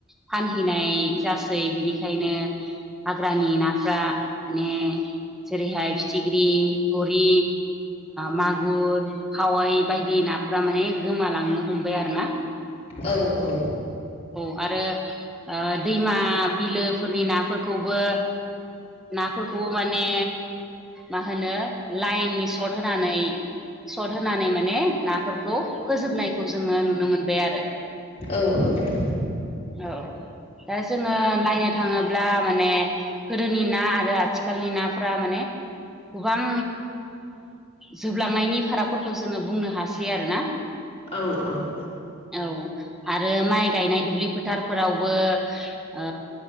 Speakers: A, in the centre; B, on the left.
A: फानहैनाय जासै बिनिखायनो हाग्रानि नाफ्रा माने जेरैहाय फिथिख्रि गोरि मागुर खावयै बायदि नाफोरा माने गोमालांनो हमबाय आरो ना।
B: औ औ।
A: औ आरो दैमा बिलोफोरनि नाफोरखौबो नाफोरखौबो माने मा होनो लाइननि सर्ट होनानै सट होनानै माने नाफोरखौ फोजोबनायखौ जोङो नुनो मोनबाय आरो।
B: औ औ।
A: औ। दा जोङो नायनो थाङोब्ला माने गोदोनि ना आरो आथिखालनि नाफोरा माने गोबां जोबलांनायनि फारागफोरखौ जोङो बुंनो हासै आरोना।
B: औ औ।
A: औ आरो माइ गायनाय दुब्लि फोथारफोरावबो ओ